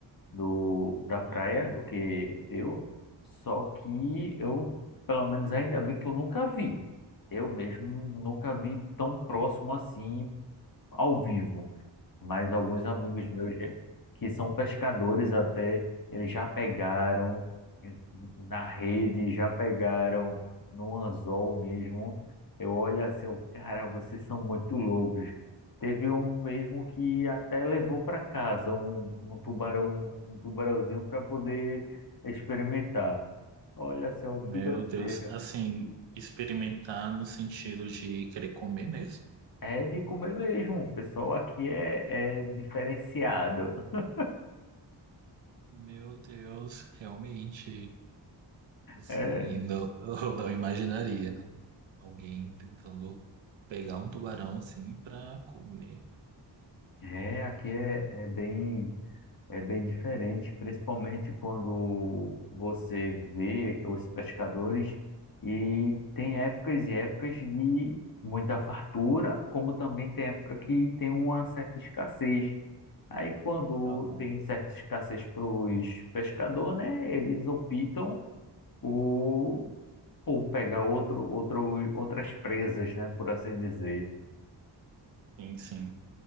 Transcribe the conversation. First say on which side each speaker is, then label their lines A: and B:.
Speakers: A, on the left (about 50°); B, on the right (about 90°).
A: do, da praia
B: Uhum.
A: do que eu, só que eu, pelo menos ainda bem que eu nunca vi. Eu mesmo nunca vi tão próximo assim ao vivo mas alguns amigos meus já- que são pescadores até, eles já pegaram eh, na rede, já pegaram no anzol mesmo. Eu olho assim, eu, cara, vocês são muito loucos. Teve um mesmo que até levou para casa um, um tubarão, um tubarãozinho para poder experimentar. Olha só
B: Meu
A: que doideira.
B: Deus, assim, experimentar no sentido de querer comer mesmo?
A: É de comer mesmo. O pessoal aqui é, é diferenciado. <laughs>
B: Meu Deus, realmente, assim,
A: É,
B: não, <laughs> eu não imaginaria, né? Alguém tentando pegar um tubarão, assim, pra comer.
A: é, aqui é, é bem. É bem diferente, principalmente quando você vê os pescadores e tem épocas e épocas de muita fartura, como também tem época que tem uma certa escassez. Aí quando
B: Aham.
A: tem certa escassez para os pescadores, né, eles optam por, por pegar outro, outro, outras presas, né, por assim dizer.
B: Sim, sim.